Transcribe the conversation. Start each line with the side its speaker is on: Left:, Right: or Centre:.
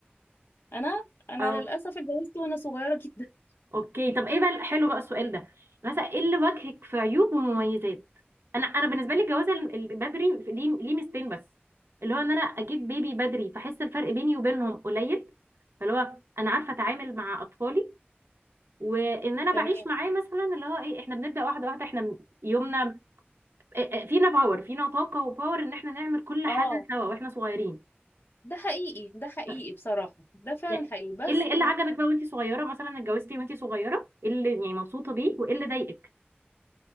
Left: انا انا
Right: اه
Left: للاسف اتجوزت وانا صغيره جدا
Right: اوكي طب ايه بقى حلو بقى السؤال ده مثلا ايه اللي وجهك في عيوب ومميزات انا انا بالنسبه لي الجواز ال- ال- بدري ليه ليه ميزتين بس اللي هو ان انا اجيب بيبي بدري فاحس الفرق بيني وبينهم قليل فاللي هو انا عارفه اتعامل مع اطفالي وان
Left: <laughs>
Right: انا
Left: تمام
Right: بعيش معاه مثلا اللي هو ايه احنا بنبدا واحده واحده احنا م- يومنا إيه- إيه، فينا باور فينا طاقه وباور ان احنا نعمل كل
Left: اه
Right: حاجه سوا واحنا صغيرين
Left: ده حقيقي ده حقيقي
Right: ف-
Left: بصراحه ده فعلا
Right: يا-
Left: حقيقي بس
Right: ايه اللي ايه اللي عجبك بقى وانتي صغيره مثلا اتجوزتي وانتي صغيره ايه اللي يعني مبسوطه بيه وايه اللي ضايقك